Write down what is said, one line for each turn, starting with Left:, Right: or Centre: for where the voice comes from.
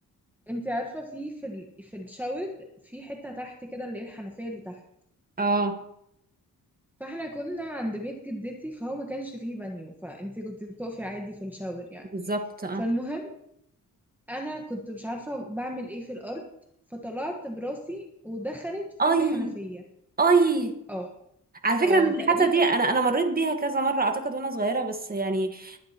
Centre: انت عارفه في في ال... في الشاور في حته تحت كده اللي هي الحنفيه اللي تحت
Right: اه
Centre: فاحنا كنا عند بيت جدتي فهو ما كانش فيه بانيو فانت كنت بتقفي عادي في الشاور يعني
Right: بالظبط اه
Centre: فالمهم انا كنت مش عارفه بعمل ايه في الارض فطلعت براسي ودخلت في
Right: اي
Centre: الحنفيه
Right: اي
Centre: اه
Right: على فكرة
Centre: اه
Right: انا
Centre: تقريبا
Right: الحاسة دي انا انا مريت بيها كذا مرة اعتقد وانا صغيرة بس يعني